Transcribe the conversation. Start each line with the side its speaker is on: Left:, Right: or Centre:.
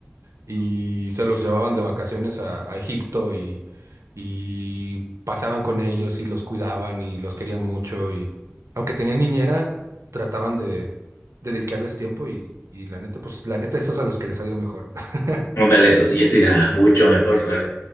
Right: y se los llevaban de vacaciones a, a Egipto y, y pasaban con ellos y los cuidaban y los querían mucho y aunque tenían niñera, trataban de, de dedicarles tiempo y, y la neta, pues la neta esos a los que les ha ido mejor. <laughs>
Left: Ándale, eso sí ya sería <laughs> mucho mejor, ¿verdad?